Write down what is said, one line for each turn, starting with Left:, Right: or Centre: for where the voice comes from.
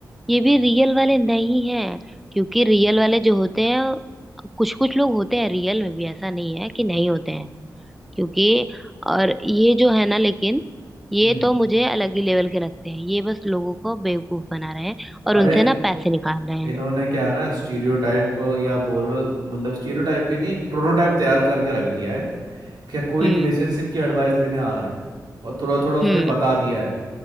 Centre: ये भी रियल वाले नहीं हैं क्योंकि रियल वाले जो होते हैं कुछ कुछ लोग होते हैं रियल में भी ऐसा नहीं है कि नहीं होते हैं क्योंकि और ये जो है ना लेकिन ये
Right: हम्म
Centre: तो मुझे अलग ही लेवल के लगते हैं ये बस लोगों को बेवकूफ बना रहे हैं और
Right: अरे
Centre: उनसे ना पैसे निकाल रहे हैं
Right: इन्होंने क्या है ना स्टीरियोटाइप या बोलो मतलब स्टीरियोटाइप भी नहीं एक प्रोटोटाइप तैयार करके रख दिया है क्या कोई
Centre: हम्म
Right: रिलेशनशिप की एडवाइस लेने आ रहा है और थोड़ा थोड़ा उसने
Centre: हम्म
Right: बता दिया है